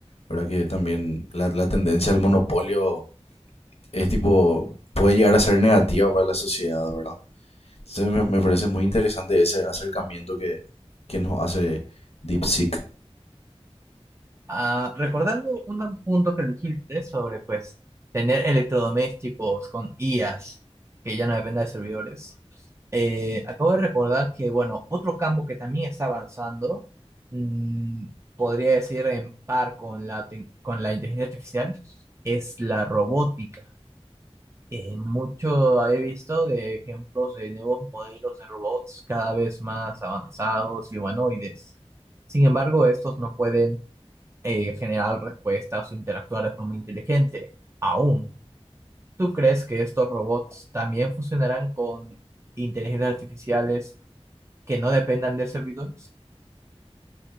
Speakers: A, on the left; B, on the right.
A: ¿verdad? Que también la, la tendencia al monopolio es tipo, puede llegar a ser negativa para la sociedad, ¿verdad? Entonces me, me parece muy interesante ese acercamiento que, que nos hace DeepSeek.
B: ah, recordando un punto que dijiste sobre pues tener electrodomésticos con IAs que ya no dependa de servidores. Eh, acabo de recordar que, bueno, otro campo que también está avanzando, mm, podría decir en par con la, tec- con la inteligencia artificial, es la robótica. Eh, mucho he visto de ejemplos de nuevos modelos de robots cada vez más avanzados y humanoides. Sin embargo, estos no pueden eh, generar respuestas o interactuar de forma inteligente, aún. ¿Tú crees que estos robots también funcionarán con inteligencias artificiales? que no dependan de servidores.